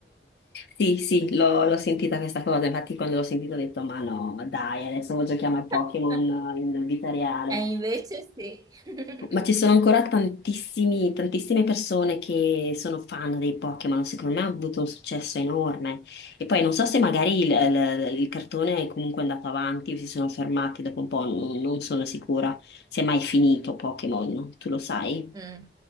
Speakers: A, on the left (about 65°); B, on the right (about 20°).
A: Sì, sì, l'ho l'ho sentita questa cosa, infatti quando l'ho sentita ho detto ma no, ma dai, adesso lo giochiamo
B: <laughs>
A: ai Pokémon in vita reale.
B: E invece sì. <laughs>
A: Ma ci sono ancora tantissimi, tantissime persone che sono fan dei Pokémon, secondo me ha avuto un successo enorme. E poi non so se magari il, il- il cartone è comunque andato avanti o si sono fermati dopo un po', non, non sono sicura se è mai finito Pokémon, tu lo sai?
B: Mm.